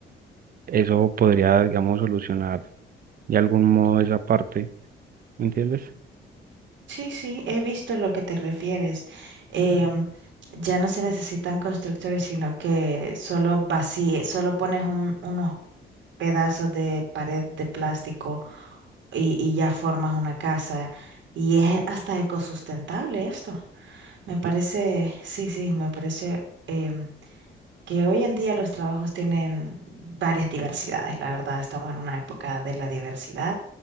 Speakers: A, on the right; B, on the right.
A: eso podría, digamos, solucionar de algún modo esa parte, ¿me entiendes?
B: Sí, sí, he visto lo que te refieres. Em, ya no se necesitan constructores, sino que solo vací, solo pones un- unos, pedazos de pared de plástico y, y ya formas una casa. Y es hasta ecosustentable esto. Me parece,
A: Sí,
B: sí, sí, me parece em, que hoy en día los trabajos tienen varias diversidades. La verdad, estamos en una época de la diversidad